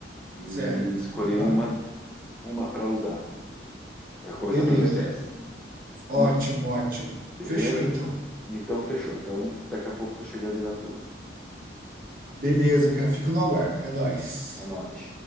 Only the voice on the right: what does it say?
Certo,
aham.
Beleza.
Ótimo,
ótimo.
Fechou então.
Beleza, cara. Fico no aguardo. É nóis.